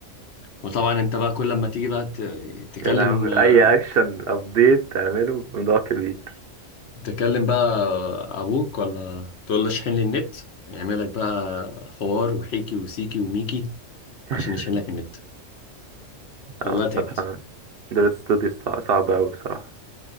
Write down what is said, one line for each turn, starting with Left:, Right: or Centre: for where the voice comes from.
Left: وطبعا انت بقى كل ما تيجي بقى ت- تكلم
Right: يا لهوي
Left: آه،
Right: اي اكشن ابديت تعمله بموضوع كبير
Left: تكلم بقى ابوك ولا تقول له اشحن لي النت يعمل لك بقى حوار وحيكي وسيكي وميكي
Right: <laughs>
Left: عشان يشيل لك النت والله
Right: اه الصراحة
Left: تعبت
Right: دول ستوديز صعبة أوي بصراحة